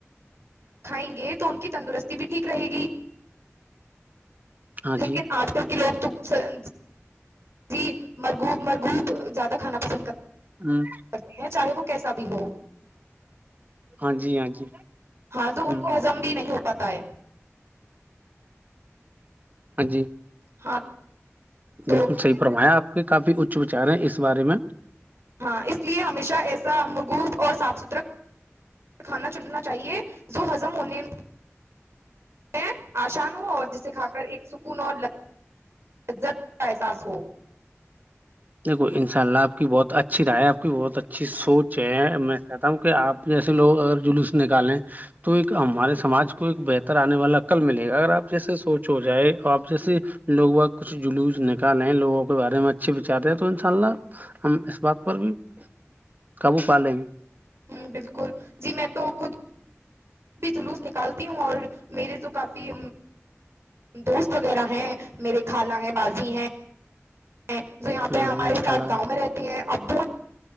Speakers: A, on the right (about 60°); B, on the right (about 35°).
A: کھائیں گے تو ان کی تندرستی ت بھی ٹھیک رہے گی
B: ہے ہاں
A: لیکن
B: جی
A: آج کل کے لی ج مرگو مرگو جات کانا پسند
B: ہ
A: کرتے ہیں چائے ب کیسا بھی ہو
B: ہاں جی ہاں جی
A: ہاں تو
B: ہ
A: ان کو ہزم بھی نہیں ہوتا پت ہے
B: ہاں جی
A: ہاں تو
B: بالکل صح پررما ہے آپ کے کافی اچ وچار ہیں اس بارے میں
A: ہاں اس لیے ہمیشہ ایسا مغوب اور صاف ستھرا کھانا چننا چاہیے جو ہضم ہونے میں آسان ہو اور جسے کھ کر ایک سکون اور عزت کا احساس ہو
B: دیکھو انشاء اللہ بہت اچھی رائے ہے آ کی بہت بہت اچھی سوچ ہے میں کہتا ہوں کہ آپ جیسے لوگ اگر جلوس نکالیں تو ایک ہمارے سماج کو ایک بہتر آنے والاقل ملے گا اگر آپ جیسے سوچ ہو جائے آپ جیسے لوگ ب کچھ جلوس نکالیں لوگوں کے بارے میں اچھے چاہتے ہیں تو ان شاء اللہ ہم اس بات پر بھی قابو پا لیں گے
A: ہ بالکل جی میں تو خود بھی جلوس نکالتی ہوں اور میرے جو کافی دوست وغیرہ ہیں میرے خالہ ہیں بازی ہیں ہیں جو یہاں پہ
B: ہ
A: ہمارے ساتھ
B: کلا
A: گاؤں میں رہتی ہیں ابو <unintelligible>